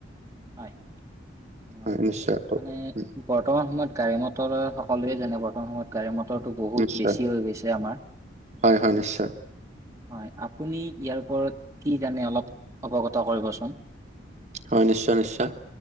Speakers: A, on the right; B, on the right.
A: হয় অ
B: হয় নিশ্চয় কওক
A: মানে
B: উম,
A: বৰ্তমান সময়ত গাড়ী মটৰ সকলোৱে জানে বৰ্তমান সময়ত গাড়ী মটৰটো বহুত
B: নিশ্চয়
A: বেছি হৈ গৈছে আমাৰ
B: হয় হয় নিশ্চয়
A: হয় আপুনি ইয়াৰ ওপৰত কি জানে অলপ অৱগত কৰিবচোন
B: হয় নিশ্চয় নিশ্চয়